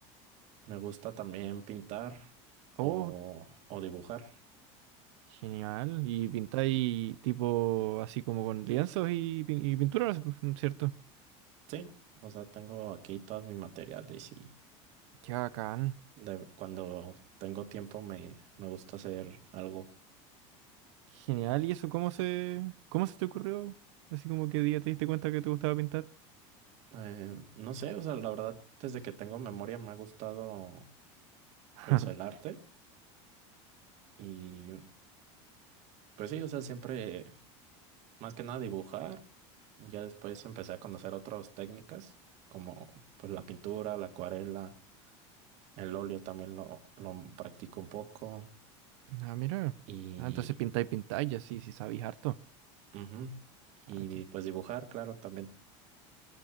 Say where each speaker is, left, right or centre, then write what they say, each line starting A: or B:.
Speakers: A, on the right; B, on the right.
A: Me gusta también pintar
B: Oh,
A: o, o dibujar.
B: genial. ¿Y pintáis tipo así como con lienzos y, pin- y pinturas, pues, ¿cierto?
A: Sí, o sea, tengo aquí todos mis materiales y
B: Qué bacán.
A: de- cuando tengo tiempo me, me gusta hacer algo.
B: Qué genial. ¿Y eso cómo se, cómo se te ocurrió? Así como qué día te diste cuenta que te gustaba pintar.
A: Eh, no sé, o sea, la verdad, desde que tengo memoria me ha gustado
B: <laughs>
A: pues el arte y pues sí, o sea, siempre más que nada dibujar. Ya después empecé a conocer otras técnicas como pues la pintura, la acuarela, el óleo también lo, lo practico un poco
B: Ah, mira.
A: y,
B: Ah, entonces pintáis, pintáis, ya sí, sí sabéis harto.
A: ujú, y
B: Ah, qué,
A: pues dibujar, claro, también.